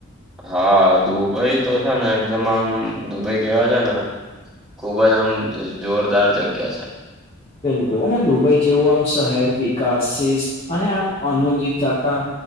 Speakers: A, in the centre; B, on the left.
A: હા દુબઈ તો છે ને એકદમ આમ દુબઈ કેવા છે ને. ખુબ જ આમ જોરદાર જગ્યા છે.
B: બિલકુલ અને દુબઈ જેવું આમ શહેર વિકાસ શિસ્ત અને આમ અનુદકા.